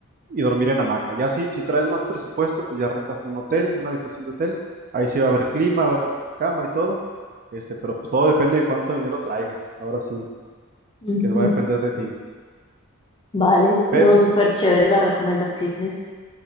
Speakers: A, on the right (about 40°); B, on the left (about 20°).
A: y dormir en hamaca. Ya si, si traes más presupuesto, pues ya rentas un hotel, una habitación de hotel. Ahí sí va a haber clima, va a haber cama y todo. Este, pero pues todo depende de cuánto dinero traigas. Ahora sí,
B: Ujú,
A: que va a depender de ti.
B: Vale, no,
A: Eh,
B: súper chévere las recomendaciones.